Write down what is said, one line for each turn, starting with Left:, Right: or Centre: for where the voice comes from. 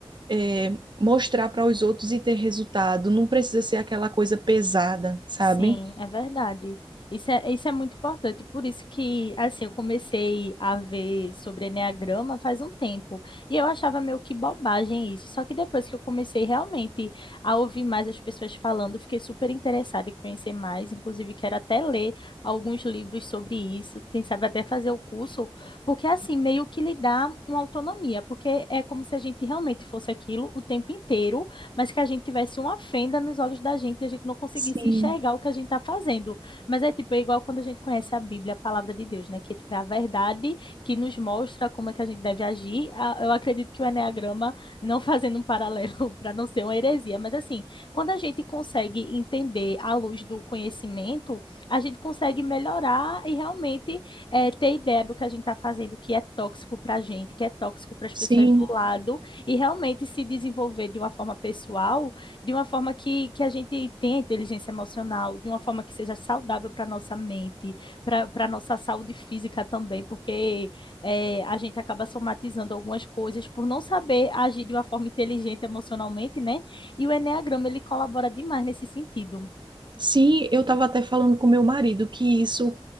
Right: é, mostrar para os outros e ter resultado, não precisa ser aquela coisa pesada, sabe?
Left: Sim, é verdade. Isso é, isso é muito importante. Por isso que, assim, eu comecei a ver sobre enneagrama faz um tempo. E eu achava meio que bobagem isso. Só que depois que eu comecei realmente a ouvir mais as pessoas falando, eu fiquei super interessada em conhecer mais. Inclusive, quero até ler alguns livros sobre isso. Quem sabe até fazer o curso. Porque, assim, meio que lhe dá uma autonomia. Porque é como se a gente realmente fosse aquilo o tempo inteiro mas que a gente tivesse uma fenda nos olhos da gente e a gente não conseguisse
Right: Sim,
Left: enxergar o que a gente está fazendo. Mas é tipo, é igual quando a gente conhece a Bíblia, a palavra de Deus, né? Que é tipo, é a verdade que nos mostra como é que a gente deve agir. A- Eu acredito que o enneagrama, não <laughs> fazendo um paralelo <laughs> para não ser uma heresia, mas assim, quando a gente consegue entender à luz do conhecimento, a gente consegue melhorar e realmente eh, ter ideia do que a gente está fazendo, que é tóxico para a gente, que é tóxico para as
Right: sim,
Left: pessoas do lado e realmente se desenvolver de uma forma pessoal, de uma forma que, que a gente tenha inteligência emocional, de uma forma que seja saudável para a nossa mente, para para a nossa saúde física também, porque é, a gente acaba somatizando algumas coisas por não saber agir de uma forma inteligente emocionalmente, né? E o Eneagrama, ele colabora demais nesse sentido.
Right: sim. Eu estava até falando com meu marido que isso